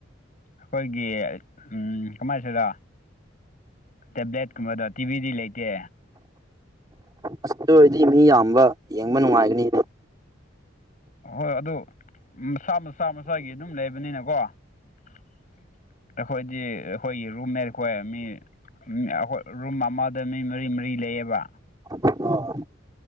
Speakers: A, on the left (about 40°); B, on the right (about 20°).
A: ꯑꯩꯈꯣꯏꯒꯤ ꯀꯃꯥꯏꯁꯤꯗ ꯇꯦꯕ꯭ꯂꯦꯠꯀꯨꯝꯕꯗ ꯇꯤꯚꯤꯗꯤ ꯂꯩꯇꯦ꯫
B: ꯑꯁ ꯑꯣꯏꯔꯗꯤ ꯃꯤ ꯌꯥꯝꯕ ꯌꯦꯡꯕ ꯅꯨꯡꯉꯥꯏꯒꯅꯤ꯫
A: ꯍꯣꯏ ꯑꯗꯨ ꯃꯁꯥ ꯃꯆꯥ ꯃꯆꯥꯒꯤ ꯑꯗꯨꯝ ꯂꯩꯕꯅꯤꯅꯀꯣ ꯑꯩꯈꯣꯏꯗꯤ ꯑꯩꯈꯣꯏꯒꯤ ꯔꯨꯝ ꯃꯠꯈꯣꯏ ꯃꯤ ꯑꯩꯈꯣꯏ ꯔꯨꯝ ꯑꯃꯗ ꯃꯤ ꯃꯔꯤ ꯃꯔꯤ ꯂꯩꯌꯦꯕ꯫
B: <inaudible>